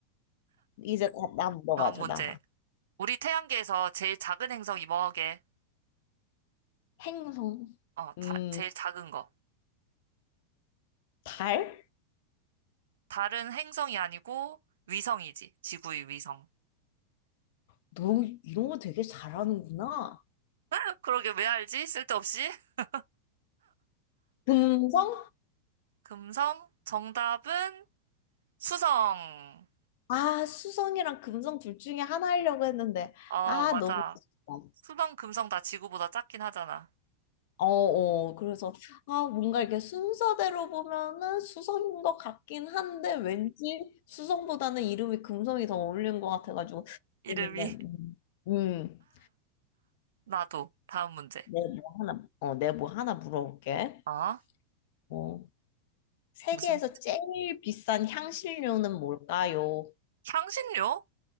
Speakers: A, on the left (about 50°); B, on the right (about 60°).
A: 이제 다, 나 물어봐줘,
B: 다음 문제.
A: 나라.
B: 우리 태양계에서 제일 작은 행성이 뭐게?
A: 행성.
B: 어,
A: 음,
B: 자- 제일 작은 거.
A: 달?
B: 다른 행성이 아니고 위성이지. 지구의 위성.
A: 너 이런 거 되게 잘하는구나.
B: <laughs> 그러게 왜 알지? 쓸데없이. <laughs>
A: 금성?
B: 금성? 정답은 수성.
A: 아, 수성이랑 금성 둘 중에 하나 하려고 했는데,
B: 어,
A: 아,
B: 맞아.
A: 너무 아쉽다.
B: 수성, 금성 다 지구보다 작긴 하잖아.
A: 어, 어, 그래서, 아, 뭔가 이렇게 순서대로 보면은 수성인 것 같긴 한데, 왠지 수성보다는 이름이 금성이 더 어울리는 것 같아가지고,
B: 이름이.
A: 그러는데,
B: <laughs>
A: 음, 음,
B: 나도. 다음 문제.
A: 내뭐 하나, 어, 내뭐 하나 물어볼게.
B: 아,
A: 어. 세계에서
B: 무슨 문제?
A: 제일 비싼 향신료는 뭘까요?
B: 향신료?